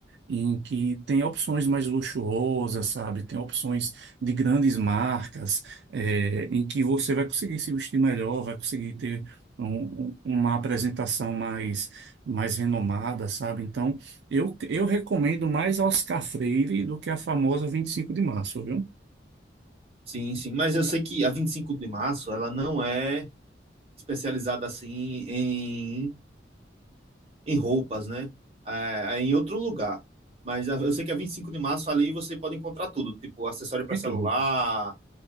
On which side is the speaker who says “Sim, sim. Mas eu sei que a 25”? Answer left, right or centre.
Right